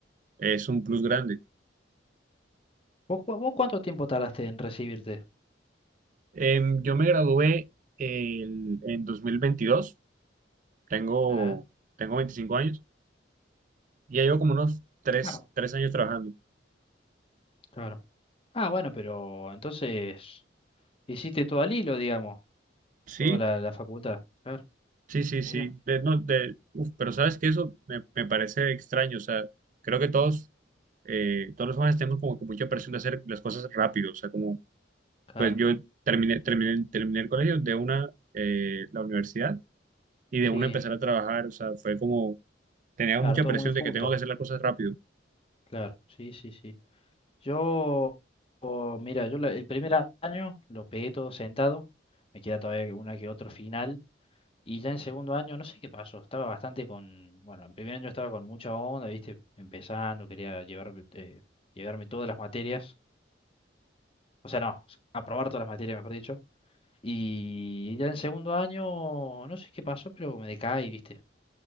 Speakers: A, on the right; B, on the left.
A: es un plus grande.
B: ¿Vos, cu- vos cuánto tiempo tardaste en recibirte?
A: Em, yo me gradué el- en 2022 tengo,
B: Ah,
A: tengo 25 años y ya llevo como unos tres
B: Ah,
A: tres años trabajando.
B: claro. ah, bueno, pero entonces hiciste todo al hilo, digamos.
A: Sí,
B: Toda la, la facultad. Claro,
A: sí, sí, sí.
B: mira.
A: De- no, de- uf, pero sabes que eso me, me parece extraño, o sea, creo que todos, eh, todos los jóvenes tenemos como que mucha presión de hacer las cosas rápido, o sea, como,
B: Claro,
A: pues yo terminé, terminé, terminé el colegio de una, eh, la universidad y
B: sí.
A: de una empezar a trabajar, o sea, fue como, tenía
B: Claro,
A: mucha
B: todo
A: presión
B: muy junto.
A: de que tengo que hacer las cosas rápido.
B: Claro, sí, sí, sí. Yo, mira, yo la- el primer a- año lo pegué todo sentado. Me queda todavía una que otro final. Y ya en segundo año, no sé qué pasó. Estaba bastante con. Bueno, en primer año estaba con mucha onda, ¿viste? Empezando, quería llevarme, eh, llevarme todas las materias. O sea, no, aprobar todas las materias, mejor dicho. Y ya en segundo año, no sé qué pasó, pero me decaí, ¿viste?